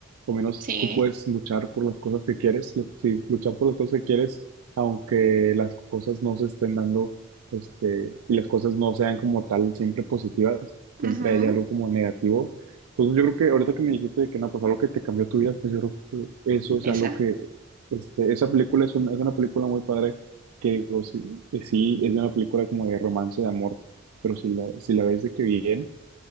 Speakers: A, on the right; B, on the right.
A: o menos
B: sí.
A: tú puedes luchar por las cosas que quieres, lu- sí, luchar por las cosas que quieres, aunque las cosas no se estén dando, este, y las cosas no sean como tal siempre positivas, siempre
B: ujú,
A: hay algo como negativo. Entonces yo creo que ahorita que me dijiste de que no, pues algo que te cambió tu vida, pues yo creo que eso es
B: Esa,
A: algo que, este, esa película es una, es una película muy padre, que digo, sí, que sí, es una película como de romance, de amor pero si la, si la ves de que bien,